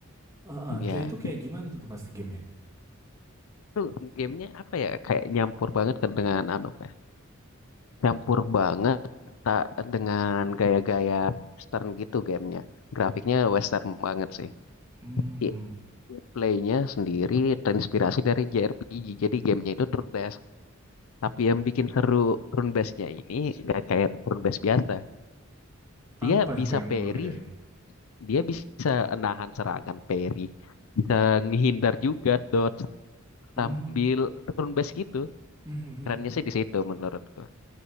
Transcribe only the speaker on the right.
Uh-uh,
Kayak itu kayak gimana tuh mas game-nya?
Mhm.
Apa
itu yang
ngebedain?
Hmm.
<laughs>